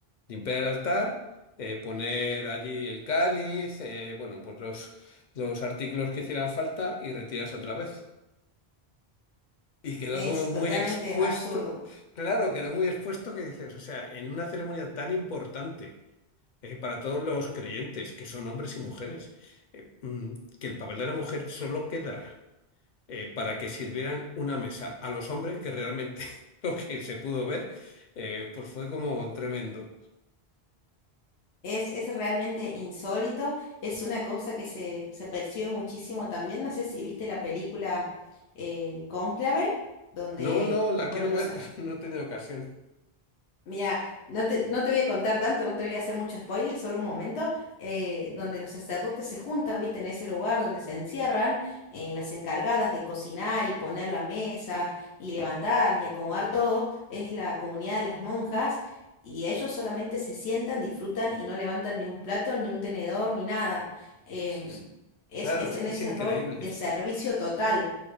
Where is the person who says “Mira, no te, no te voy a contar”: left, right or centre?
Left